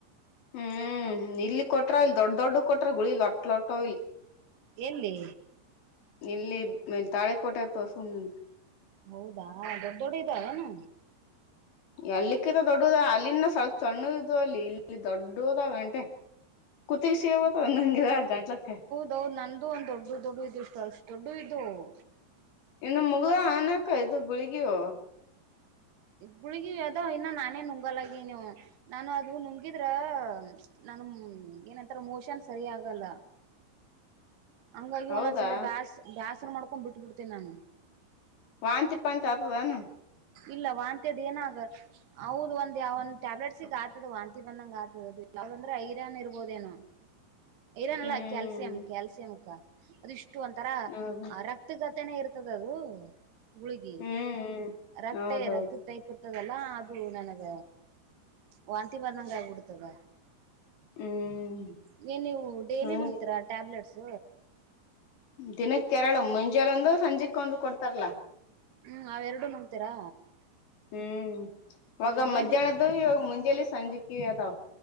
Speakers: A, on the left; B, on the right.
A: ಹು ಇಲ್ಲಿ ಕೊಟ್ರ ಇಲ್ಲಿ ದೊಡ್ಡ ದೊಡ್ಡ ಕೊಟ್ರ ಗುಳಿ ಲೊಟ್ ಲೊಟ್ಟ ಇಲ್ಲಿ.
B: ಎಲ್ಲಿ
A: ಇಲ್ಲಿ ಮೇ ತಾಳೆ ಕೋಟೆ ತೊರ್ಸ್ಕೊಂಡು ಬಂದೆನ.
B: ಹೌದಾ ದೊಡ್ಡ್ ದೊಡ್ಡ ಇದಾವೇನು.
A: ಎಲ್ಲಿಕ್ಕಿನ ದೊಡ್ಡದ ಅಲ್ಲಿನು ಸ್ವಲ್ಪ ಸಣ್ಣ ಇದು ಅಲ್ಲಿ ಇಲ್ಲಿ ದೊಡ್ಡವದಾವ ಎಂಟೆ. ಕತಿಗಿ ಸಿಗತಾವ ನಂಗಿದ ಗಂಟ್ಲಕ್ಕ.
B: ತೊ ನಂದು ಒಂದು ದೊಡ್ಡವು ದೊಡ್ಡವು ಇದು ಇಷ್ಟು ಅಷ್ಟ ದೊಡ್ಡವು ಇದ್ದುವವು.
A: ಇನ್ನು ಮುಗದಾವೆನಕ್ಕ ಇದು ಗುಳುಗಿವು.
B: ಗುಳಗಿ ಅದೋ ಇನ್ನ ನಾನೇ ನುಂಗಲ್ಲ <unintelligible> ನಾನು ಅದು ನುಂಗಿದ್ರ ನಾನು <unintelligible> ಏನಂತಾರ ಮೋಷನ್ ಸರಿ ಆಗಲ್ಲ. ಹಂಗಾಗಿ
A: ಹೌದಾ
B: ಒಂದೊಂದ್ಸಲ ಬ್ಯಸ್ ಬ್ಯಾಸರು ಮಾಡ್ಕೊಂಡ್ ಬಿಟ್ಟ ಬಿಡ್ತೇನ ನಾನು.
A: ವಾಂತಿ ಪಾಂತಿ ಆತದೇನು.
B: ಇಲ್ಲ ವಾಂತಿ ಅದ್ ಏನು ಆಗಲ್ ಹೌದು ಒಂದ್ ಯಾವನ್ ಟ್ಯಾಬ್ಲೆಟ್ಸಗ್ ಆತದ ವಾಂತಿ ಬಂದಂಗೆ ಆಗ್ತದ ಅದು ಯಾವ್ದದಂದ್ರೆ ಐರಾನ್ ಇರ್ಬೋದೇನೋ. ಐರನ್
A: ಹ್ಮ್
B: ಅಲ್ಲ ಕ್ಯಾಲ್ಸಿಯಂ ಕ್ಯಾಲ್ಸಿಯಂಕ್ಕ ಅದು ಇಷ್ಟು ಒಂತರ
A: ಹೌದು
B: ರ್ - <unintelligible> ಜೊತೇನೆ ಇರ್ತದ ಅದು ಗುಳ್ಗಿ
A: ಹ್ಮ್
B: ರಕ್ತ
A: ಹೌದೌದು
B: <unintelligible> ರಕ್ತದ್ <unintelligible> ಇತದಲ್ಲ ಅದು ನನಗ ವಾಂತಿ ಬಂದಂಗ ಆಗಿಬಡ್ತದ.
A: ಹ್ಮ್
B: ನೀನ್ ನೀವು ಡೈಲಿ
A: ಹಂಗ
B: ನೋಂಗತೀರಾ ಟ್ಯಾಬ್ಲೆಟ್ಸ್.
A: ದಿನಕ್ಕೆ ಎರಡು ಮುಂಜಾನ ಒಂದು ಸಂಜೆಕ್ಕ ಒಂದ ಕೊಡ್ತಾರಲ್ಲಾ.
B: ಹ್ಮ್ ಅವ ಎರಡು ನುಂಗ್ತೀರಾ.
A: ಹ್ಮ್
B: ಹ್ಮ್
A: <unintelligible>
B: ಒಂದಿ
A: ಮಧ್ಯಾಹ್ನದ ಇವಾಗ <unintelligible> ಸಂಜೆಕ್ಕಿ ಅದಾವ.